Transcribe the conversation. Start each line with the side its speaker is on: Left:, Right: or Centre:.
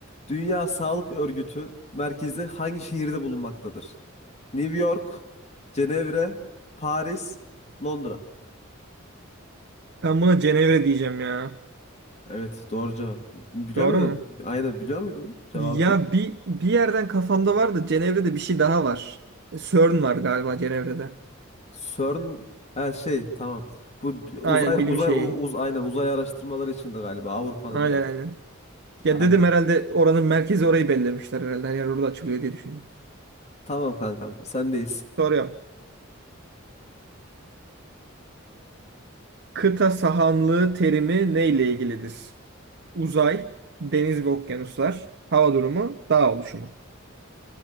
Left: Dünya Sağlık Örgütü merkezi hangi şehirde bulunmaktadır? New York, Cenevre, Paris, Londra.
Right: Ben buna Cenevre diyeceğim ya.
Left: Evet, doğru cevap. Biliyor
Right: Doğru
Left: muydun?
Right: mu?
Left: Aynen biliyor muydun cevabını?
Right: Ya bir bir yerden kafamda var da Cenevre'de bir şey daha var. E, CERN var galiba Cenevre'de.
Left: CERN ha şey tamam. Bu d- uzay
Right: Aynen bilim
Left: uzay
Right: şeyi.
Left: u- uz aynen uzay araştırmaları içindi galiba Avrupa'nın
Right: Aynen
Left: değil mi?
Right: aynen.
Left: Aynen.
Right: Ya dedim herhalde oranın merkezi orayı bellemişler herhalde. Her yer orada açılıyor diye düşündüm.
Left: Tamam kanka sendeyiz.
Right: Soruyorum. Kıta sahanlığı terimi neyle ilgilidir? Uzay, deniz ve okyanuslar, hava durumu, dağ oluşumu.